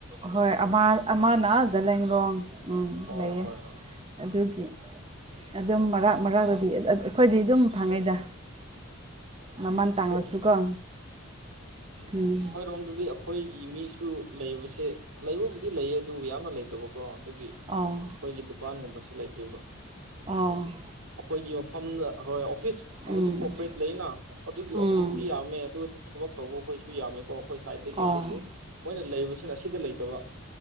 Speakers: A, on the right; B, on the right.
A: ꯍꯣꯏ ꯑꯃ ꯑꯃꯅ ꯖꯂꯡꯂꯣꯡ ꯎꯝ
B: ꯑꯣ
A: ꯂꯩꯌꯦ
B: ꯍꯣꯏ ꯍꯣꯏ
A: ꯑꯗꯨꯒꯤ ꯑꯗꯨꯝ ꯃꯔꯥꯛ ꯃꯔꯥꯛꯇꯗꯤ ꯑꯩꯈꯣꯏꯗꯤ ꯑꯗꯨꯝ ꯐꯪꯉꯤꯗ ꯃꯃꯜ
B: ꯑꯩꯈꯣꯏ
A: ꯇꯥꯡꯔꯁꯨꯀꯣ ꯎꯝ
B: ꯔꯣꯝꯗꯗꯤ ꯑꯩꯈꯣꯏꯒꯤ ꯃꯤꯁꯨ ꯂꯩꯕꯁꯦ ꯂꯩꯕꯕꯨꯗꯤ ꯂꯩꯌꯦ ꯑꯗꯨꯕꯨ ꯌꯥꯝꯅ ꯂꯩꯇꯕꯀꯣ ꯑꯗꯨꯒꯤ
A: ꯑꯥ
B: ꯑꯩꯈꯣꯏꯒꯤ ꯗꯨꯀꯥꯟꯒꯨꯝꯕꯕꯁꯤ ꯂꯩꯇꯦꯕ
A: ꯑꯥ
B: ꯑꯩꯈꯣꯏꯒꯤ ꯃꯐꯝꯗ ꯍꯣꯏ ꯑꯣꯐꯤꯁ
A: ꯎꯝ
B: ꯍꯧꯖꯤꯛ ꯀꯣꯄꯔꯦꯠ ꯂꯩꯅ ꯑꯗꯨꯒꯤ
A: ꯎꯝ
B: ꯑꯣꯐꯤꯁꯇ ꯌꯥꯝꯃꯦ ꯑꯗꯨ ꯊꯕꯛ ꯇꯧꯕ ꯑꯩꯈꯣꯏꯁꯨ ꯌꯥꯝꯃꯦꯀꯣ ꯑꯩꯈꯣꯏ ꯁꯥꯏꯗꯒꯤ
A: ꯑꯣ
B: ꯑꯗꯨꯕꯨ ꯃꯣꯏꯅ ꯂꯩꯕꯁꯤꯅ ꯑꯁꯤꯗ ꯂꯩꯇꯕ